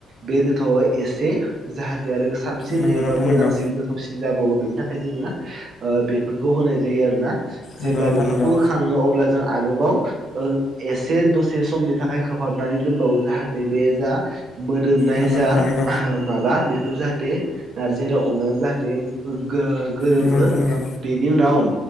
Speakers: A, on the right (about 60°); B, on the left (about 60°).
A: बे गोथावआ एसे जाहाथे आरो साबसिन
B: नंगौ
A: एबा
B: नोंथां
A: मोजांसिन
B: नंगौ
A: गोथावसिन जाबावो बेनि थाखाय जोंङो बेफोरखौ होनाय जायो आरोना जेब्ला
B: नंगौ नोंथां
A: बेफोरखौ
B: नंगौ
A: होखाङो अब्ला जों आरोबाव एसे दसे समनि थाखाय खोहाबनानै दोनबावो जाहाथे बे जा मोदोमनाय
B: नंगौ
A: जा
B: नोंथां नंगौ
A: माबा बेफोर जाहाथे नारजि आरो अमायाव जाहाथे गोरोबो
B: नंगौ नोंथां नंगौ
A: बेनि उनाव